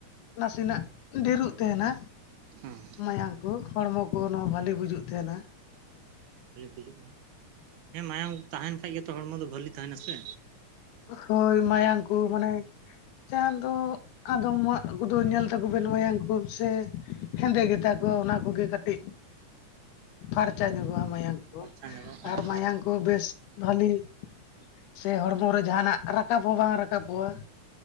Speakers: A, on the left (about 80°); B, on the right (about 80°).
A: ᱱᱟᱥᱮᱱᱟᱜ ᱰᱷᱮᱨᱚᱜ ᱛᱟᱦᱮᱱᱟ᱾
B: ᱦᱩᱸ
A: ᱢᱟᱭᱟᱢ ᱠᱚ, ᱦᱚᱲᱢᱚ ᱠᱚ ᱱᱚᱣᱟ ᱵᱟᱹᱞᱤ ᱵᱩᱡᱩᱜ ᱛᱟᱦᱮᱱᱟ᱾
B: ᱵᱷᱟᱹᱞᱤ ᱵᱩᱡᱩᱜᱼᱟ, ᱦᱮᱸ ᱢᱟᱭᱟᱝ ᱛᱟᱦᱮᱱ ᱠᱷᱟ ᱜᱮᱛᱚ ᱦᱚᱲᱢᱚ ᱫᱚ ᱵᱷᱟᱹᱞᱤ ᱛᱟᱦᱮᱱᱟ ᱥᱮ᱾
A: ᱦᱳᱭ ᱢᱟᱭᱟᱝ ᱠᱚ ᱢᱟᱱᱮ, ᱡᱟᱸᱦᱟ ᱫᱚ ᱟᱫᱚᱢᱟᱜ ᱠᱚᱫᱚ ᱧᱮᱞ ᱛᱟᱠᱚ ᱵᱮᱱ ᱢᱟᱭᱟᱝ ᱠᱚ ᱥᱮ ᱦᱮᱸᱫᱮ ᱜᱮ ᱛᱟᱠᱚᱣᱟ, ᱚᱱᱟ ᱠᱚᱜᱮ ᱠᱟᱹᱴᱤᱡ ᱯᱷᱟᱨᱪᱟ ᱧᱚᱜᱚᱜᱼᱟ ᱢᱟᱭᱟᱝ᱾
B: ᱯᱷᱟᱨᱪᱟ ᱧᱚᱜᱚᱜ ᱦᱮᱸ
A: ᱟᱨ ᱢᱟᱭᱟᱢ ᱠᱚ ᱵᱮᱥ ᱵᱷᱟᱹᱞᱤ ᱥᱮ ᱦᱚᱲᱢᱚ ᱨᱮ ᱡᱟᱦᱟᱱᱟᱜ ᱨᱟᱠᱟᱵ ᱦᱚᱸ ᱵᱟᱝ ᱨᱟᱠᱟᱵᱚᱜᱼᱟ᱾